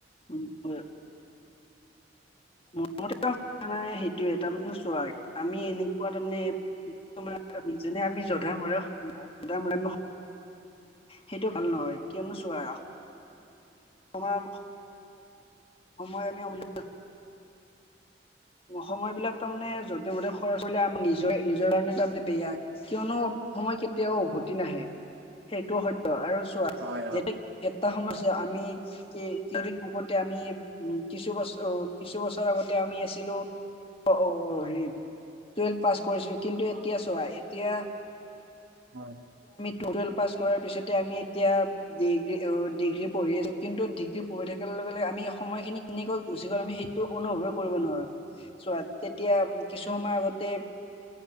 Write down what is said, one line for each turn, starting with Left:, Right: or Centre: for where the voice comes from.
Left: উ হয়। মোৰতে হোৱা নাই সেইটোয়ে তাৰমানে চোৱা আমি এনেকুৱা তাৰমানে যেনে আমি জোধা মৰেধা মৰে আম সেইটো ভাল নহয় কিয়নো চোৱা সময় সময় আমি অমিল সময় বিলাক তাৰ মানে যতে মধে খৰচ কৰিলে আমাৰ নিজৰ নিজৰ কাৰণে তাৰমানানে বেয়া কিয়নো সময় কেতিয়াও উভতি নাহে সেইটো সত্য আৰু চোৱা
Right: হয় হয়
Left: যেতিয়া এটা সময়ত আমি কেইদিন আগতে আমি উম কিছু বছৰ অ কিছু বছৰ আগতে আমি ছিলো অ' অ' অ' হেৰি টুৱেলভ পাছ কৰিছিলো কিন্তু এতিয়া চোৱা এতিয়া
Right: হয়।
Left: টুৱেল্ভ পাছ কৰাৰ পিছতে আমি এতিয়া ডিগ্ৰী ডিগ্ৰী পঢ়ি আছো কিন্তু ডিগ্ৰী পঢ়ি থাকিল। লগে লগে আমি সময়খিনি কেনেকৈ গুচি গ'ল আমি সেইটো অনুভৱে কৰিব নোৱাৰো। চোৱা তেতিয়া কিছু সময় আগতে